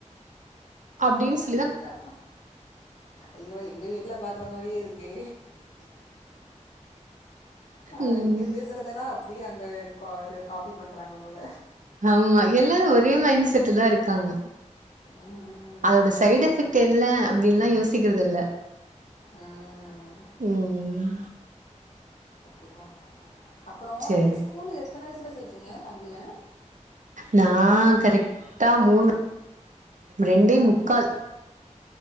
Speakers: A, on the right (about 85°); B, on the left (about 60°).
A: அப்டின் ஸ்
B: தேதா ஐயோ எங்க வீட்ல பாக் த்த மாரியே இருக்கே ஆ
A: ம்
B: இங்க பேசுறத தா அப்புடியே அங்க கோது காபி பண்றாங்க போல.
A: ஆமா எல்லாரு ஒரே மைண்ட் செட்தா இருக்காங்க.
B: ம்
A: அதோட சைடு
B: ஆமா
A: எஃபெக்ட்
B: ஆமா
A: என்ன அப்படின்னுல்லா யோசிச் யோசிக்கிறது இல்ல.
B: உம்
A: ம்
B: இவ்வம் அப்பறோ
A: சேரி
B: இஸ் ஸ்கூலு எத்தன வயசுல சேத்தீங்க? தம்பியா
A: நா கரெக்டா மூணு ரெண்டே முக்கால்.